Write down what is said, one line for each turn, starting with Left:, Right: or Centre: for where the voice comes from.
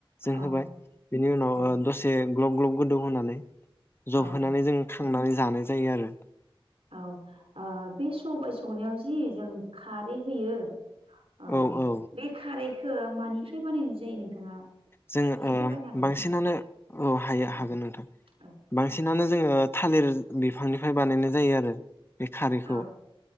Left: जों
Right: औ
Left: होबाय बेनि उनाव
Right: औ
Left: दसे ग्ल ग्लब गोदौ होनानै जब
Right: औ
Left: होनानै जों नानै जानाय जायो आरो
Right: औ ओ बे सबाय संनायाव जि जों खारै होयो अ
Left: औ औ
Right: बे खारै ओ मानिफ्राय बानायनाय जायो नोंथाङा
Left: जों
Right: एसे
Left: ओ
Right: फोरमायनो हागोन
Left: बांसिनानो
Right: ना?
Left: हायो
Right: औ
Left: हागोन नोंथां
Right: औ
Left: बांसिनानो जोङो थालिर बिफांनिफ्राय बानायनाय जायो आरो बे खारैखौ
Right: औ